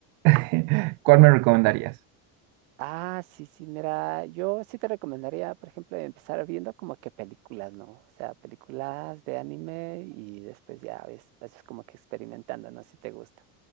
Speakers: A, on the right (about 50°); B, on the right (about 75°).
A: <laughs> ¿Cuál me recomendarías?
B: Ah, sí, sí, mira, yo sí te recomendaría, por ejemplo, empezar viendo como que películas, ¿no? O sea, películas de anime y después ya ves, es como que experimentando, ¿no? Si te gusta.